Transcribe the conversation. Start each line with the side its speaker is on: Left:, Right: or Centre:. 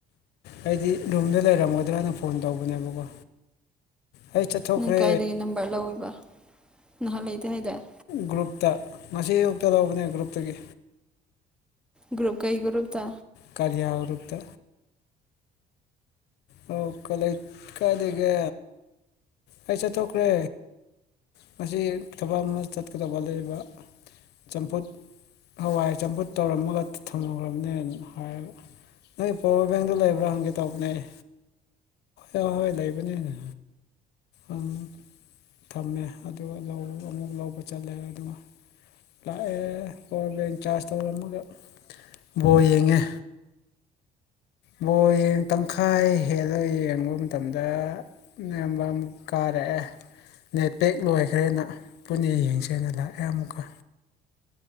Left: ꯑꯩꯗꯤ ꯔꯨꯝꯗ ꯂꯩꯔꯝꯒꯗ꯭ꯔꯅ ꯐꯣꯟ ꯇꯧꯕꯅꯦꯕꯀꯣ ꯑꯩ ꯆꯠꯊꯣꯛꯈ꯭ꯔꯦ
Centre: ꯅꯪ ꯀꯥꯏꯗꯒꯤ ꯅꯝꯕꯔ ꯂꯧꯏꯕ ꯅꯍꯥꯟ ꯂꯩꯇꯦ ꯍꯥꯏꯗꯥꯏ
Left: ꯒ꯭ꯔꯨꯞꯇ ꯉꯁꯤ ꯑꯩꯌꯨꯛꯇ ꯂꯧꯕꯅꯦ ꯒ꯭ꯔꯨꯞꯇꯒꯤ
Centre: ꯒ꯭ꯔꯨꯨꯞ ꯀꯩ ꯒ꯭ꯔꯨꯨꯞꯇ
Left: ꯀꯥꯔꯤꯌꯥ ꯒ꯭ꯔꯨꯞꯇ ꯑꯣ <unintelligible> ꯀꯥꯏ ꯂꯩꯒꯦ ꯑꯩ ꯆꯠꯊꯣꯛꯈ꯭ꯔꯦ ꯉꯁꯤ ꯊꯕꯛ ꯑꯃ ꯆꯠꯀꯗꯕ ꯂꯩꯕ ꯆꯝꯐꯨꯠ ꯍꯋꯥꯏ ꯆꯝꯐꯨꯠ ꯇꯧꯔꯝꯃꯒ ꯊꯝꯃꯨꯈ꯭ꯔꯕꯅꯦ ꯍꯥꯏꯔꯒ ꯅꯪꯏ ꯄꯋꯥꯔ ꯕꯦꯡꯗꯣ ꯂꯩꯕ꯭ꯔꯥ ꯍꯪꯒꯦ ꯇꯧꯕꯅꯦ ꯑ ꯍꯣꯏ ꯂꯩꯕꯅꯦꯅꯦ ꯑꯪ ꯊꯝꯃꯦ ꯑꯗꯨꯒ ꯂꯧ ꯑꯃꯨꯛ ꯂꯧꯕ ꯆꯠꯂꯦ ꯑꯗꯨꯒ ꯂꯥꯛꯑꯦ ꯄꯋꯥꯔ ꯕꯦꯡ ꯆꯥꯔꯖ ꯇꯧꯔꯝꯃꯒ ꯕꯣꯜ ꯌꯦꯡꯉꯦ ꯕꯣꯜ ꯌꯦꯡ ꯇꯪꯈꯥꯏ ꯍꯦꯜꯂꯒ ꯌꯦꯡꯕ ꯃꯇꯝꯗ ꯅꯦꯝꯕꯝꯃꯨꯛ ꯀꯥꯔꯦꯍꯦ ꯅꯦꯠꯄꯦꯛ ꯂꯣꯏꯈ꯭ꯔꯦꯅ ꯄꯨꯟꯅ ꯌꯦꯡꯁꯦꯅ ꯂꯥꯛꯑꯦ ꯑꯃꯨꯛꯀ